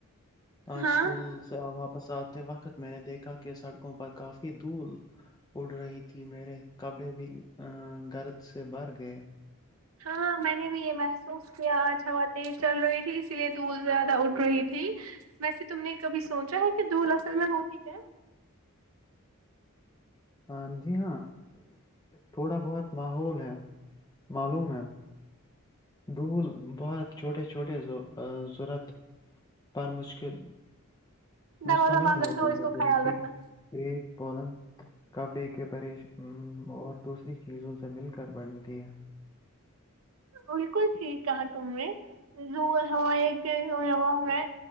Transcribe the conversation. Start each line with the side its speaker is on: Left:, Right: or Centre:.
Left: اسکول
Right: ہاں
Left: سے واپس آتے وقت میں نے دیکھا کہ سڑکوں پر کافی دھول اڑ رہیھی تھی میرے کپڑے بھی گرد سے بر گئے
Right: ہاں میں نے بھی یہ محسوس کیاج ہوا تیز چل رہی تھی اسی لیے دھ زیادہ اٹ رہی تھی ویسے تم نے کبھی سوچا ہے کہ دھول اصل میں ہوتی کیا
Left: ہاں جی ہاں تھوڑا بہت ماحول ہے معلوم ہے دول بہت چھوٹے چھوٹے ورت پر مشکل
Right: دروازہ
Left: مشتمل
Right: بند رکھنا
Left: ہوتے
Right: اور اس
Left: ہیں
Right: کو
Left: جو
Right: خیال
Left: مٹی
Right: رکھنا
Left: رس پولنگ کبڈی کی پریش اور دوسری چیزوں سے مل کر بنتی ہے
Right: بالکل ٹھیک کہا تم نے ہمارے میں